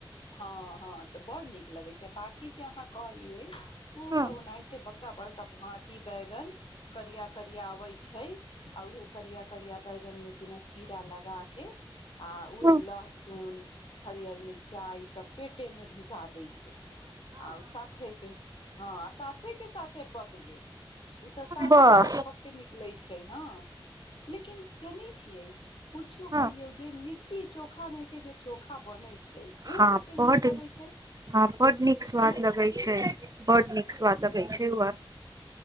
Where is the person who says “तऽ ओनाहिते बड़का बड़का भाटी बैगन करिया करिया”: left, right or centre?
Left